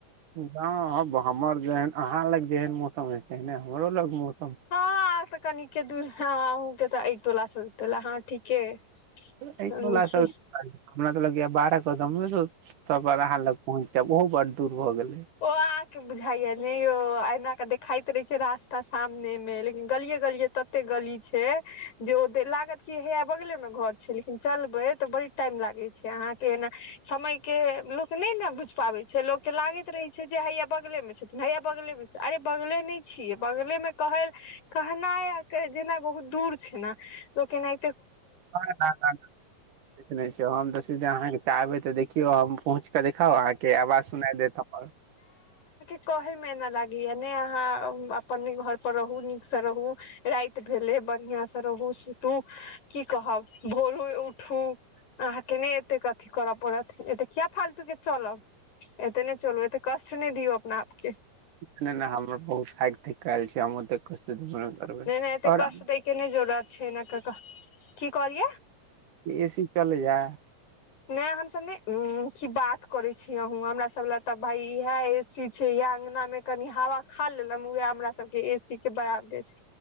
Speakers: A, on the right; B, on the left.
A: हँ हमर जेहन अहाँ लग जेहन मौसम हे तेने हमरो लग मौस
B: हँ त कानिके दके तऽ टो ल त हँ ठीके हम
A: एहिवला सब
B: छी
A: हमरा तऽ लगया बारह कदमो सब अहाँ लग पहुँचते ओहो बड़ दूर भऽ गेल
B: ओ अहाँके बुझाइया ने यौ एना के देखा रहे छै रास्ता सामने मे लेकिन गलिये गलिये तते गली छै जे ओ लागत की हे यै बगले मे घर छै लेकिन चलबै तऽ बड़ी टाइम लागे छै अहाँके एना समय के लोक नहि ने बुझ पाबे छै लोक के लागैत रहे छै हैया बगले मे छथिन हैया बगले मे अरे बगले न बगले मे कह कहनाइ जेना बहुत दूर छै ने लोकना
A: ह ना ना छै हम तऽ सिधे अहाँके आबै तऽ देखियौ हम पहुँच कऽ देखाउ अहाँके आवाज सुना देत अपन
B: कहे मेना लागेया ने अहाँ अपने घर पर रहु नीक से रहु राईत भेले बढ़िआं से रहू तू की कहब भोरू उठू अहाँके नैय एतेक कथी करऽ पड़त एत किया फालतू के चलब एते नहि चलू एतेक कष्ट नहि दियऔ अपना आपके
A: नैय नैय हमर बहुत हारि थाकि आएल छै हमर बरओर
B: नहि नहि एते कष्ट दै के नहि जरूरत छै एना क क की कहलियै
A: ऐसी चलैया
B: नहि हमसभ ने कि बात करे छीये अहो हमरा सब लए तऽ भाय इएह चीज छै इह अंगना मे कनि हवा खा लेले उएह हमरा सब के ए सी के बराबरे छै